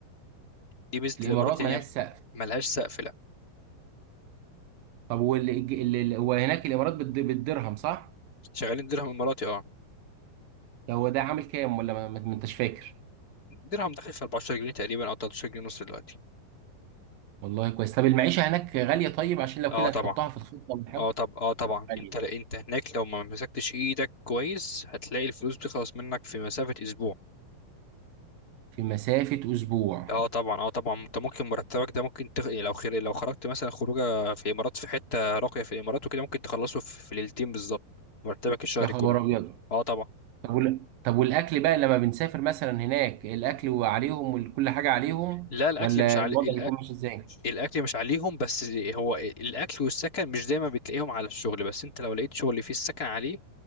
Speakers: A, on the left; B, on the right.
A: دي ميزه
B: الإمارات
A: الامارات ان
B: ملهاش
A: هي
B: سقف
A: ملهاش سقف لا
B: طب واللي اللي- هو هناك الإمارات بالد- بالدرهم صح؟
A: شغالين درهم اماراتي اه
B: يعني هو ده عامل كام ولا ما ما- ما انتش فاكر؟
A: درهم داخل في 14 جنيه تقريبا او 13 جنيه ونص دلوقتي
B: والله كويس طب المعيشة هناك غالية طيب عشان لو
A: اه
B: كده
A: طبعا
B: نحطها في الخطة ونحاول
A: اه طب اه طبعا
B: غالية
A: انت انت هناك لو ما مسكتش ايدك كويس هتلاقي الفلوس بتخلص منك في مسافه اسبوع
B: في مسافة أسبوع
A: اه طبعا اه طبعا انت ممكن مرتبك ده ممكن تخ... يعني لو خير لو خرجت مثلا خروجه في الامارات في حته راقيه في الامارات وكده ممكن تخلصه في في ليلتين بالظبط مرتبك الشهري
B: يا خبر
A: كله
B: أبيض
A: اه طبعا
B: طب وال... طب والأكل بقى لما بنسافر مثلا هناك الأكل وعليهم وكل حاجة عليهم
A: لا الاكل
B: ولا
A: مش علي...
B: الوضع
A: الأ...
B: بيكون ماشي إزاي؟
A: الاكل مش عليهم بس هو الاكل والسكن مش دايما بتلاقيهم على الشغل بس انت لو لقيت شغل فيه السكن عليه